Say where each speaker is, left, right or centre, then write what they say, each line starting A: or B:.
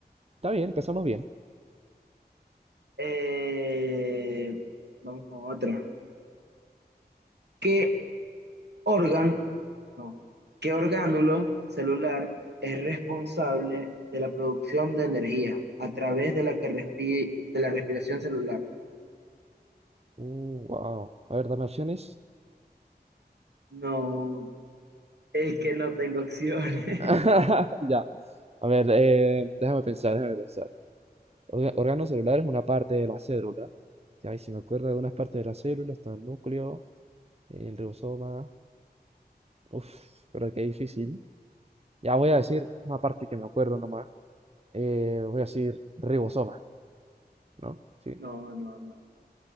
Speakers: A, on the right; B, on the right.
A: Está bien, empezamos bien.
B: Eh, vamos con otra. ¿Qué órgano, no, qué orgánulo celular es responsable de la producción de energía a través de la que respi- de la respiración celular?
A: Uh, wow. A ver, dame opciones.
B: No, es que no tengo opciones.
A: <laughs>
B: <laughs>
A: Ya. A ver, eh, déjame pensar, déjame pensar. Orga- órgano celular es una parte de la célula. Ya, y si me acuerdo de algunas partes de la célula, está el núcleo, el ribosoma. Uf, pero qué difícil. Ya voy a decir una parte que me acuerdo nomás. Eh, voy a decir ribosoma, ¿no? Sí.
B: No, no, no.